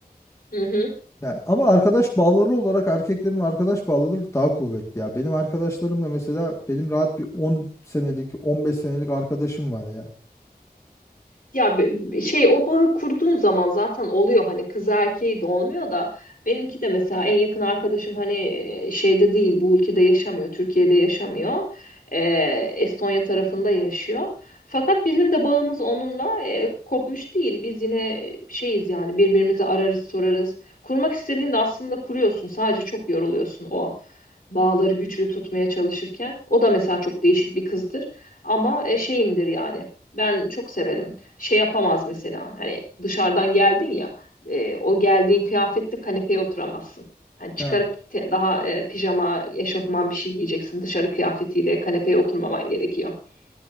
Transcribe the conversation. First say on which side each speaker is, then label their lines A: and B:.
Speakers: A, on the left; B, on the left.
A: Hı hı.
B: Yani ama arkadaş bağları olarak erkeklerin arkadaş bağları daha kuvvetli ya. Benim arkadaşlarımla mesela benim rahat bir 10 senelik, 15 senelik arkadaşım var ya.
A: Ya be- şey o bağı kurduğun zaman zaten oluyor hani kız erkeği de olmuyor da benimki de mesela en yakın arkadaşım hani e, şeyde değil bu ülkede yaşamıyor Türkiye'de yaşamıyor E, Estonya tarafında yaşıyor fakat bizim de bağımız onunla e, kopmuş değil biz yine şeyiz yani birbirimizi ararız sorarız kurmak istediğinde aslında kuruyorsun sadece çok yoruluyorsun o bağları güçlü tutmaya çalışırken o da mesela çok değişik bir kızdır ama e, şeyimdir yani ben çok severim şey yapamaz mesela. Hani dışarıdan geldin ya e, o geldiğin kıyafetle kanepeye oturamazsın. Hani çıkarıp
B: Ya
A: te- daha e, pijama, eşofman bir şey giyeceksin. Dışarı kıyafetiyle kanepeye oturmaman gerekiyor. <laughs>